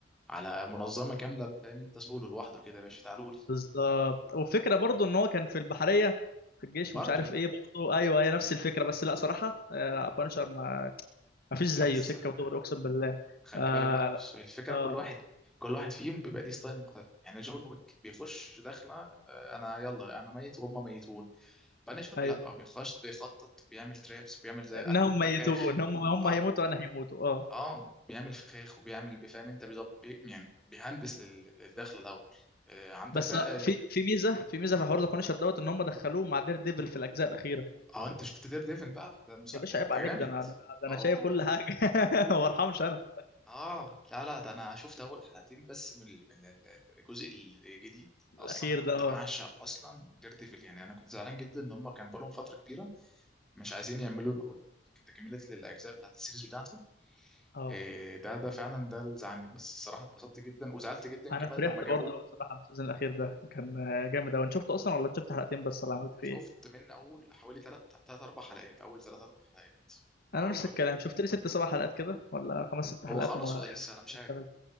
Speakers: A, in the centre; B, on the left (about 55°).
A: على منظمة كاملة فاهم أنت سوله لوحده كده يا باشا تعالوا لي
B: بالظبط والفكره برضو ان هو كان في البحريه في الجيش
A: برضه
B: ومش عارف ايه برضو ايوه هي نفس الفكره بس لا صراحه آه، لا بانشر ما, ما فيش زيه
A: لا بس
B: سكه
A: آه،
B: ودغري اقسم بالله
A: خلي
B: اه
A: بالك بقى بص هي الفكرة
B: اه
A: كل واحد كل واحد فيهم بيبقى ليه ستايل مختلف يعني جون ويك بيخش داخلة آه، أنا يلا أنا ميت وهم ميتون بانشر
B: ايوه
A: لا بيخش بيخطط بيعمل ترابس بيعمل زي
B: انهم
A: أكل
B: ميتون
A: فخاخ
B: هم هم
A: اه
B: هيموتوا انا هيموتوا آه.
A: اه بيعمل فخاخ وبيعمل بيفهم انت بيظبط يعني بيهندس لل- للدخل الاول آه عندك
B: بس
A: بقى
B: في في ميزه في ميزه في حوار ذا بانشر دوت ان هم دخلوه مع دير ديفل في الاجزاء الاخيره
A: اه انت شفت دير ديفن بقى ده مش
B: يا باشا
A: ده انت
B: عيب عليك
A: جامد
B: ده انا ده انا, ده
A: اه
B: أنا شايف كل حاجه <laughs> ما ارحمش انا
A: اه لا لا ده انا شفت اول حلقتين بس من ال- من ال- الجزء الجديد
B: الاخير
A: اصلا انا كنت
B: ده
A: بعشق
B: اه
A: اصلا دير ديفل يعني انا كنت زعلان جدا ان هم كان بقالهم فتره كبيره مش عايزين يعملوا له تكمله للاجزاء بتاعت السيريز بتاعته
B: اه
A: إيه ده ده فعلا ده اللي زعلني بس الصراحه اتبسطت جدا وزعلت جدا
B: انا
A: كمان
B: فرحت
A: لما جابوه
B: برضه قوي صراحه بالسيزون الاخير ده كان آه، جامد قوي انت شفته اصلا ولا انت شفت حلقتين بس ولا عملت فيه
A: شفت
B: ايه
A: من اول حوالي تلات تلات اربع حلقات اول تلات اربع حلقات اه
B: انا نفس الكلام شفت لي ست سبع حلقات كده ولا خمس ست حلقات
A: هو خلص
B: وما
A: ولا لسه
B: يعني
A: انا مش عارف
B: اشتغلت.